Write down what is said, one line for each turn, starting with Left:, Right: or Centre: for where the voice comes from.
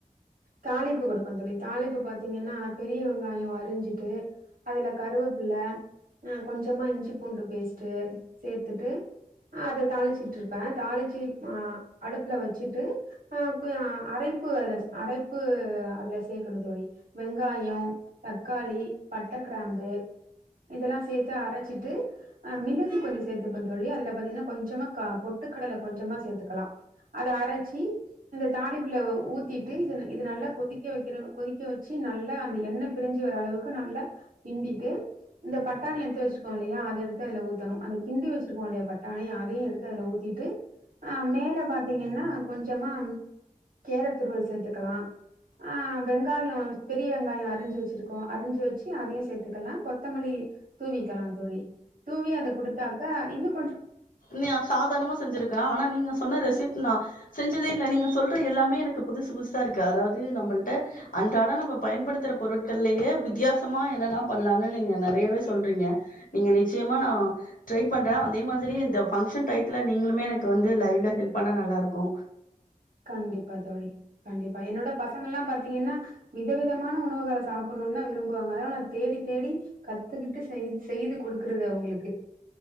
Right: தாளிப்பு கொடுப்பே தோழி தாளிப்பு பாத்தீங்கன்னா பெரிய வெங்காயம் அரிஞ்சிட்டு அதுல கருவேப்பில்ல ஆ கொஞ்சமா இஞ்சி பூண்டு பேஸ்ட்டு சேத்துட்டு ஆ அத தாளிச்சுட்டுருப்பே தாளிச்சு ஆ அடுப்புல வச்சிட்டு அ அரைப்பு அதுல அரைப்பு அதுல சேர்க்கணு தோழி வெங்காயம் தக்காளி பட்ட கிராம்பு இதெல்லா சேர்த்து அரச்சிட்டு அ மிளகு கொஞ்சோ சேர்த்துப்பே தோழி அதுல பாத்தீங்கன்னா கொஞ்சமா பொட்டுக்கடல கொஞ்சமா சேர்த்துக்கலாம் அத அரச்சி இந்த தாளிப்புள்ள ஊ சுத்திட்டு இது இது நல்லா கொதிக்க வைக்கிற கொதிக்க வச்சு நல்லா அந்த எண்ண பிரிஞ்சி வர அளவுக்கு நல்ல கிண்டிட்டு இந்த பட்டாணி எடுத்து வச்சிருக்கோ இல்லையா அது எடுத்து அதுல ஊத்தணு அந்த கிண்டி வச்சிருக்கோ இல்லையா பட்டாணி அதையு எடு த்தீ அதுல ஊத்திட்டு அ மேல பாத்தீங்கன்னா கொஞ்சமா கேரட் துருவல் சேத்துக்கலா ஆ வெங்காயம் பெரிய வெங்காயம் அரிஞ்சு வச்சிருக்கோ அரிஞ்சு வச்சு அதையு சேர்த்துக்கலா கொத்தமல்லி தூவிக்கலா தோழி தூவி அத குடுத்தாக்க இன்னு கொஞ்சோ
Left: நீ சாதாரணமா செஞ்சிருக்க ஆனா நீங்க சொன்ன ரெசிப் நா செஞ்சதே இல்ல நீங்க சொல்ற எல்லாமே எனக்கு புதுசு புதுசா இருக்கு அதாவது நம்மள்ட அன்றாட நம்ம பயன்படுத்துற பொருட்கள்லயே வித்தியாசமா என்னல்லா பண்ணலான்னு நீங்க நிறையவே சொல்றீங்க நீங்க நிச்சயமா நா ட்ரை பண்றே அதே மாதிரி இந்த பங்க்ஷன் டைத்துல நீங்களுமே எனக்கு வந்து லைவ்ல ஹெல்ப் பண்ணா நல்லா இருக்கு
Right: கண்டிப்பா தோழி கண்டிப்பா என்னோட பசங்க எல்லா பாத்தீங்கன்னா வித விதமான உணவுகள சாப்பிடணும்தா விரும்புவாங்க அதனால நா தேடி தேடி கத்துக்கிட்டு செய் செய்து குடுக்குறது அவுங்களுக்கு